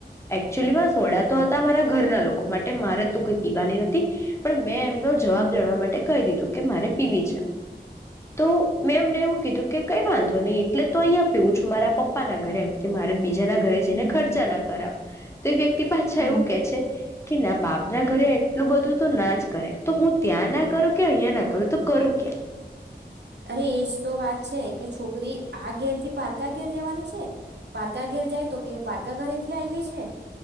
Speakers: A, on the left (about 15°); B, on the right (about 75°).
A: એકચુલીમાં સોડા તો હતા મારા ઘરના લોકો માટે મારે તો કોઈ પીવાની નથી પણ મેં નો જવાબ
B: હમ
A: જાડવા માટે કહી દીધું કે મારે પી વી છે તો મેં એમને એવું કીધું કે કઈ વાંધો નહી એટલે તો અહં પીઉું છું મારા પપ્પાના ઘરે એમ કે મારે બીજા ના ઘરે
B: હમ
A: જઈને
B: હમ
A: ખર્ચા ના કરાવ તો એ વ્યક્તિ પાછા
B: હમ.
A: એવું કે છે કે ના બાપના ઘરે એટલું બધું તો ના જ કરે તો હું ત્યાં ના કરું કે અહીંયા ના કરું તો કરું ક્યાં
B: અરે એજ તો વાત છે કે, છોકરી આ ઘેરથી પારકા ઘેર જવાની છે. પારકા ઘેર જાય તો કે પારકા ઘરેથી આવેલી છે.